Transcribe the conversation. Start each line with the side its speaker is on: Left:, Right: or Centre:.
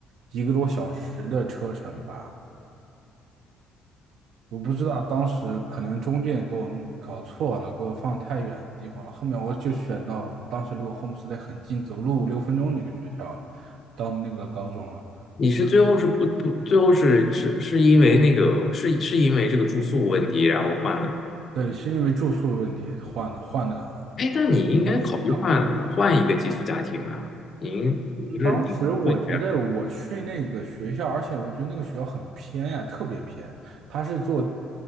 Right: 一个多小时的车程吧。我不知道当时可能中介给我搞错了，给我放太远的地方了。后面我就选到我当时离我 homestay 很近，走路五六分钟的一个学校了，当那个高中了。
Left: 你是最后是不不，最后是是是因为那个是是因为这个住宿问题，然后换了。
Right: 对，是因为住宿的问题换的换的
Left: 哎，那你应该考虑换换一个寄宿家庭啊！
Right: 换的学校。
Left: 您你不是你不会。
Right: 当时我觉得我去那个学校，
Left: 这样。
Right: 而且我觉得那个学校很偏呀，特别偏。他是坐，